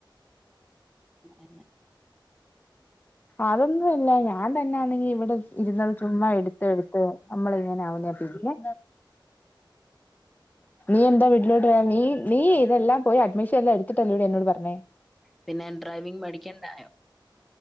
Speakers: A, in the centre; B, on the left.
A: അങ്ങനെ
B: അതൊന്നും ഇല്ല ഞാൻ തന്നെയാണെങ്കി ഇവിടെ ഇരുന്ന് ചുമ്മത് എടുത്ത് എടുത്ത് നമ്മള ഇങ്ങനെ ആവുന്ന പിന്നെ നീ എന്താ വീട്ടിലോട്ട് നീ നീ ഇതെല്ലാം പോയി അഡ്മിഷൻ എല്ലാം എടുത്തിട്ടല്ലോ ടി എന്നോട് പറഞ്ഞേ
A: പിന്നെ ഡ്രൈവിങ് പടിക്കണ്ടായോ